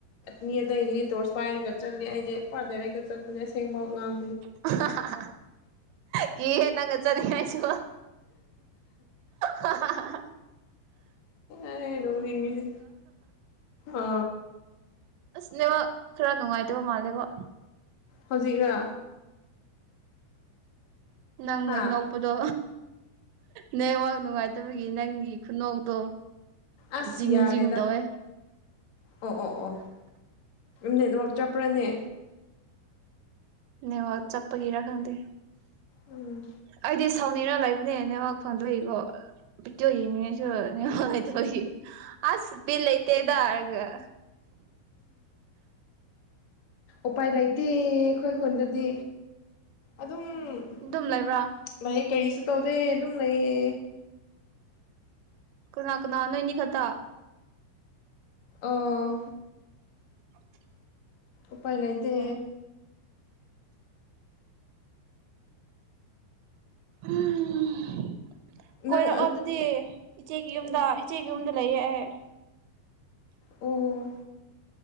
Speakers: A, on the left; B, on the right.
A: ꯃꯤ ꯑꯇꯩꯒꯤꯗꯤ ꯇꯧ ꯇꯣꯔꯁ ꯄꯥꯏꯔꯒ ꯆꯠꯂꯦ ꯑꯩꯗꯤ ꯄꯣꯔꯥ ꯗꯥꯏꯔꯦꯛꯇ ꯆꯠꯄꯅꯦ ꯑꯁꯦꯡꯕ ꯉꯥꯡ
B: ꯍꯥꯍꯥꯍꯥ ꯀꯤꯍꯦ ꯅꯪꯒ ꯆꯠꯅꯤ ꯑꯩꯁꯨ ꯍꯥꯍꯥꯍꯥꯍꯥ
A: ꯑꯦ ꯅꯤꯛꯅꯤꯡꯉꯤꯍꯦ ꯑ
B: ꯑꯁ ꯅꯦꯠꯋꯥꯛ ꯈꯔ ꯅꯨꯡꯉꯥꯏꯇꯕ ꯃꯥꯜꯂꯦꯕꯣ
A: ꯍꯧꯖꯤꯛꯔ
B: ꯅꯪꯅ
A: ꯍꯥ
B: ꯅꯣꯛꯄꯗꯣ ꯅꯦꯠꯋꯥꯛ ꯅꯨꯡꯉꯥꯏꯇꯕꯒꯤ ꯅꯪꯒꯤ ꯈꯨꯅꯣꯛꯇꯣ
A: ꯑꯁ
B: ꯖꯤꯡ
A: ꯌꯥꯔꯦꯗ
B: ꯖꯤꯡ ꯇꯧꯋꯦ
A: ꯑꯣ ꯑꯣ ꯑꯣ ꯅꯦꯠꯋꯥꯛ ꯆꯞꯄ꯭ꯔꯅꯦ
B: ꯅꯦꯠꯋꯥꯛ ꯆꯞꯄꯒꯤꯔ ꯈꯪꯗꯦ
A: ꯎꯝ
B: ꯑꯩꯗꯤ ꯁꯥꯎꯅꯤꯡꯔ ꯂꯩꯕꯅꯦ ꯅꯦꯠꯋꯥꯛ ꯐꯪꯗꯕꯒꯤꯀꯣ ꯄꯤꯗꯤꯑꯣꯛꯇꯣ ꯌꯦꯡꯅꯤꯡꯉꯁꯨ ꯅꯦꯠꯋꯥꯛ ꯂꯩꯇꯕꯒꯤ ꯑꯁ ꯕꯤꯠꯂꯩꯇꯦꯗ ꯑꯒ
A: ꯎꯄꯥꯏ ꯂꯩꯇꯦ ꯑꯩꯈꯣꯏ ꯈꯨꯟꯗꯗꯤ ꯑꯗꯨꯝ ꯎꯝ
B: ꯑꯗꯨꯝ ꯂꯩꯕ꯭ꯔꯥ
A: ꯂꯩꯑꯦ ꯀꯔꯤꯁꯨ ꯇꯧꯗꯦ ꯑꯗꯨꯝ ꯂꯩꯌꯦ
B: ꯀꯅꯥ ꯀꯅꯥ ꯅꯣꯏꯅꯤ ꯈꯛꯇ
A: ꯑꯣꯥ
B: <inaudible>
A: ꯎꯄꯥꯏ ꯂꯩꯥꯇꯦ
B: ꯑꯣ ꯎꯝ ꯀꯣꯏꯔꯛꯑꯣ
A: ꯅꯪ
B: ꯑꯗꯨꯗꯤ ꯏꯆꯦꯒꯤ ꯌꯨꯝꯗ ꯏꯆꯦꯒꯤ ꯌꯨꯝꯗ ꯂꯩꯌꯦ ꯑꯦ
A: ꯑꯣ